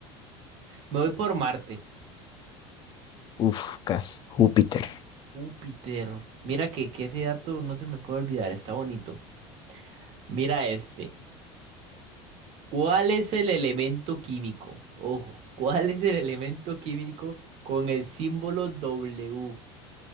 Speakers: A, on the right (about 50°); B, on the left (about 30°).
A: me voy por Marte.
B: Uf, casi. Júpiter.
A: Júpiter. Mira que, que ese dato no se me puede olvidar, está bonito. Mira este. ¿Cuál es el elemento químico? Ojo, ¿cuál es el elemento químico con el símbolo W?